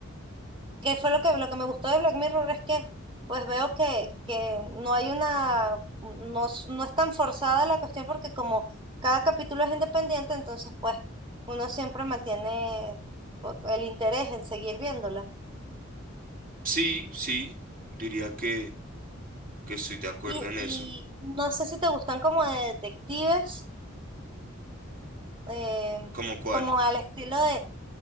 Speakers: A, on the right; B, on the right.
A: que fue lo que, lo que me gustó de Black Mirror es que pues veo que, que no hay una, no, es- no es tan forzada la cuestión porque como cada capítulo es independiente, entonces pues uno siempre mantiene pues, el interés en seguir viéndola.
B: sí, sí. Diría que, que estoy de acuerdo
A: Y,
B: en eso.
A: y no sé si te gustan como de detectives, eh,
B: ¿Cómo cuál?
A: como al estilo de,